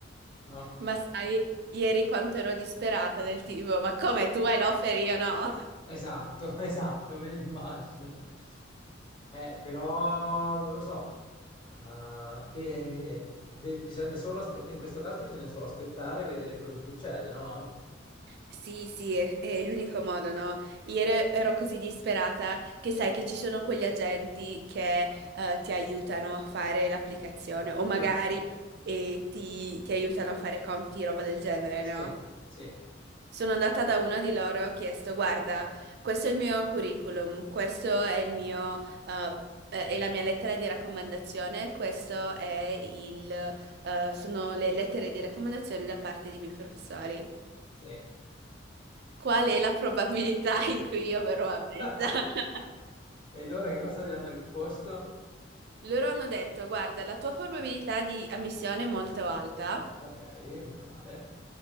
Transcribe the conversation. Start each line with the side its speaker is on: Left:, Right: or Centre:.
Left: no?
Right: Ma sai, ieri quanto ero disperata del tipo, ma come tu hai l'offer e io no?
Left: Esatto, <laughs> esatto, me l'immagino. Eh, però non lo so, Ah, che de- bisogna solo aspettare, in questo caso bisogna solo aspettare e vedere quello che succede, no?
Right: Sì, sì, è, è l'unico modo, no? Ieri ero così disperata che sai che ci sono quegli agenti che eh, ti aiutano a fare l'applicazione o magari
Left: Sì,
Right: eh, ti, ti aiutano a fare compiti, roba del genere,
Left: sì,
Right: no?
Left: sì,
Right: Sono andata da una di loro e ho chiesto, guarda, questo è il mio curriculum, questo è il mio, eh, eh, è la mia lettera di raccomandazione, questo è il, eh, sono le lettere di raccomandazione da parte dei miei professori.
Left: sì.
Right: Qual è la probabilità <laughs> in cui io verrò ammessa?
Left: <laughs>
Right: <laughs>
Left: E loro che cosa ti hanno risposto?
Right: Loro hanno detto, guarda, la tua probabilità di ammissione è molto alta,
Left: Ok, meno male.